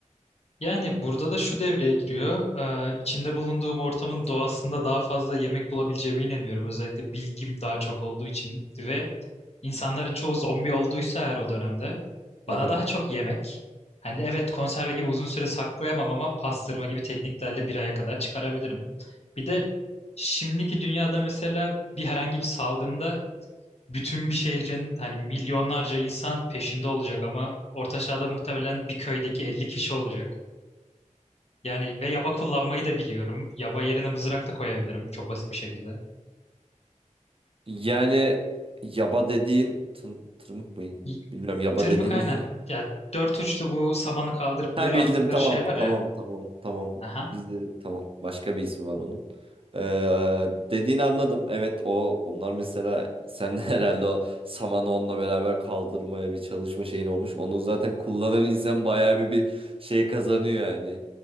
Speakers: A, on the left; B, on the right.
A: yani burada da şu devreye giriyor. Ee, içinde bulunduğum ortamın doğasında daha fazla yemek bulabileceğime inanıyorum. Özellikle bilgim daha çok olduğu için ve İnsanların çoğu zombi olduysa eğer o dönemde
B: Aha.
A: bana daha çok yemek. Hani evet konserve gibi uzun süre saklayamam ama pastırma gibi tekniklerle bir aya kadar çıkarabilirim. Bir de şimdiki dünyada mesela bir herhangi bir salgında bütün bir şehrin hani milyonlarca insan peşinde olacak ama orta çağda muhtemelen bir köydeki 50 kişi olacak. Yani ve yaba kullanmayı da biliyorum. Yaba yerine mızrak da koyabilirim çok basit bir şekilde.
B: Yani yaba dediğin tır- tırmık mıydı?
A: Y-
B: Bilmiyorum yaba
A: Tırmık
B: dediğin
A: aynen.
B: ne? <laughs>
A: Ya dört uçlu bu samanı kaldırıp
B: Ha
A: bir yere
B: bildim
A: attıkları
B: tamam
A: şey var
B: tamam
A: ya.
B: tamam tamam.
A: Aha.
B: Bizde tamam başka bir ismi var onun. Ee, dediğini anladım. Evet o onlar mesela sen <laughs> de herhalde o samanı onunla beraber kaldırmaya bir çalışma şeyin olmuş. Onu zaten kullanan insan bayağı bir bir şey kazanıyor yani.